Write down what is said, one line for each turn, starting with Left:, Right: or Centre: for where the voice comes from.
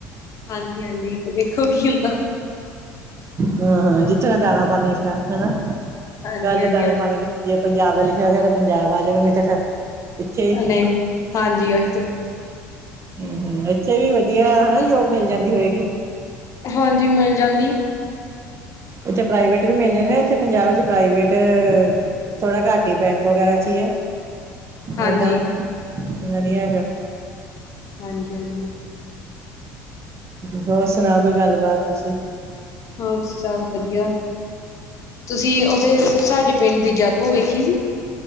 Left: ਹਾਂਜੀ, ਹਾਂਜੀ ਵੇਖੋ ਕੀ ਹੁੰਦਾ।
Right: ਹਾਂ ਹਾਂ ਜਿੱਥੇ ਮੈਂ ਦਾਣਾ ਪਾਣੀ ਲਿਖਿਆ, ਹਨਾ
Left: ਹਾਂਜੀ-ਹਾਂਜੀ
Right: ਗੱਲ ਤੇ ਦਾਣੇ ਪਾਣੀ ਲਿ ਜੇ ਪੰਜਾਬ ਦਾ ਲਿਖਿਆ ਹੋ ਗਿਆ, ਤਾਂ ਪੰਜਾਬ ਆ ਜਾਓਗਾ, ਨਹੀਂ ਤੇ ਫਿਰ ਇੱਥੇ ਹੀ
Left: ਨਹੀਂ, ਹਾਂਜੀ ਉਹੀ ਤੇ
Right: ਹਮ ਹਮ ਇੱਥੇ ਵੀ ਵਧੀਆ ਹਨਾ, ਜੋਬ ਮਿਲ ਜਾਂਦੀ ਹੋਏਗੀ।
Left: ਹਾਂਜੀ, ਮਿਲ ਜਾਂਦੀ।
Right: ਇੱਥੇ ਪ੍ਰਾਈਵੇਟ ਵੀ ਮਿਲ ਜਾਂਦੇ, ਇਥੇ ਪੰਜਾਬ ਵਿੱਚ ਪ੍ਰਾਈਵੇਟ ਥੋੜਾ ਘੱਟ ਹੀ ਬੈਂਕ ਵਗੈਰਾ ਚ ਹੀ ਹੈ।
Left: ਹਾਂਜੀ।
Right: ਓਦਾਂ ਇਨਾ ਨੀ ਹੈਗਾ
Left: ਹਾਂਜੀ, ਹਾਂਜੀ।
Right: ਕ ਹੋਰ ਸੁਣਾ ਕੋਈ ਗੱਲਬਾਤ ਤੁਸੀਂ?
Left: ਹੋਰ ਸਭ ਵਧੀਆ, ਤੁਸੀਂ ਉੱਥੇ ਸਾਡੇ ਪਿੰਡ ਦੀ ਜਾਗੋ ਵੇਖੀ ਸੀ।